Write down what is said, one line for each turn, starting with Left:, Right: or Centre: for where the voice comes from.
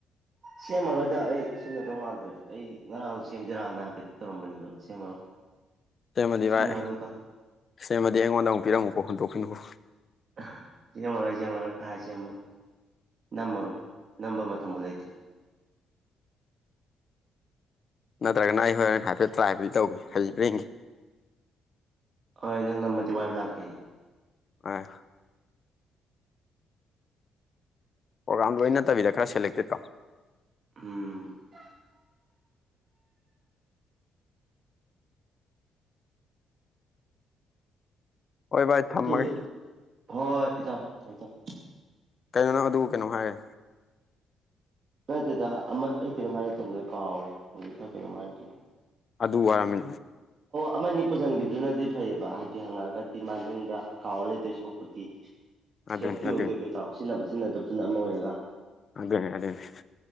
Right: ꯁꯦꯝꯃꯔꯣꯏꯗ ꯑꯩ ꯁꯤꯟꯅꯇꯧ ꯃꯥꯟꯗ꯭ꯔꯦ ꯑꯩ ꯉꯔꯥꯡ ꯁꯦꯝꯖꯤꯔꯅ ꯍꯥꯏꯐꯦꯠ ꯇꯧꯔꯝꯕꯅ꯭ꯦꯑꯗꯣ ꯁꯦꯝꯃꯔꯣꯏ
Left: ꯁꯦꯝꯃꯗꯤ
Right: ꯁꯤꯖꯤꯟꯅꯔꯔꯣꯏꯀꯣ
Left: ꯚꯥꯏ ꯁꯦꯝꯃꯗꯤ ꯑꯩꯉꯣꯟꯗ ꯑꯃꯨꯛ ꯄꯤꯔꯝꯃꯨꯀꯣ ꯍꯨꯟꯗꯣꯛꯈꯤꯅꯨꯀꯣ
Right: ꯑꯥꯍ ꯖꯦꯝꯃꯔꯣꯏ ꯖꯦꯝꯃꯔꯣꯏ ꯀꯥꯏꯖꯦꯝꯕ ꯅꯝꯃꯔꯣꯏ ꯅꯝꯕ ꯃ ꯇꯝꯕꯨ ꯂꯩꯇꯦ
Left: ꯅꯠꯇ꯭ꯔꯒꯅ ꯑꯩ ꯍꯣꯔꯦꯟ ꯍꯥꯏꯐꯦꯠ ꯇ꯭ꯔꯥꯏꯕꯨꯗꯤ ꯇꯧꯒꯦ ꯍꯩꯕ꯭ꯔꯥ ꯌꯦꯡꯒꯦ
Right: ꯍꯣꯏ ꯅꯪ ꯅꯝꯃꯗꯤ ꯋꯥꯏꯕ ꯂꯥꯛꯀꯦ ꯑꯩ
Left: ꯑ꯭ꯥꯏ꯭ꯛ ꯑꯣꯒ꯭ꯔꯥꯝ ꯂꯣꯏ ꯅꯠꯇꯕꯤꯗ ꯈꯔ ꯁꯦꯂꯦꯛꯇꯦꯠꯇꯣ
Right: ꯎꯝ <unintelligible>
Left: ꯍꯣꯏ ꯚꯥꯏ ꯊꯝꯃꯒꯦ
Right: ꯑꯗꯨ ꯍꯣꯏ ꯏꯇꯥꯎ ꯊꯝ-ꯊꯝꯃꯦ
Left: ꯀꯩꯅꯣꯅꯪ ꯑꯗꯨꯕꯨ ꯀꯩꯅꯣ ꯍꯥꯏꯔꯦ
Right: ꯅꯠꯇꯦꯗ ꯑꯃ ꯑꯩ ꯀꯩꯅꯣꯃꯥꯍꯥꯏꯔꯦ ꯇꯧꯑꯝꯗꯣ ꯑꯩꯀꯥꯎꯔꯦ ꯍꯧꯖꯤꯛꯇ ꯀꯩꯅꯣꯝꯃꯍꯥꯏ ꯇꯧꯔꯝ
Left: ꯑꯗꯨ ꯋꯥꯔꯝꯃꯤ
Right: ꯑꯃꯅꯤ ꯄꯨꯁꯤꯟꯒ꯭ꯤꯕꯗꯨꯅꯗꯤ ꯐꯩꯌꯦꯕ ꯍꯥꯏꯗꯤ ꯍꯪꯉꯛꯑꯒꯗꯤ ꯃꯥꯅꯤꯡꯗ ꯀꯥꯎꯔ ꯂꯩꯗꯣꯏ ꯁꯣꯔꯨꯛꯄꯨꯗꯤ
Left: ꯑꯗꯨꯅꯤ
Right: ꯁꯦꯞꯇꯤ
Left: ꯑꯗꯨꯅꯤ
Right: ꯑꯣꯏꯗꯣꯏꯕ ꯏꯇꯥꯎ ꯁꯤꯟꯅꯕ ꯁꯤꯟꯅꯗꯕꯗꯨꯅ ꯑꯃ ꯑꯣꯏꯔꯒ
Left: ꯑꯗꯨꯅꯤ ꯑꯗꯨꯅꯤ ꯑꯗꯨꯅꯤ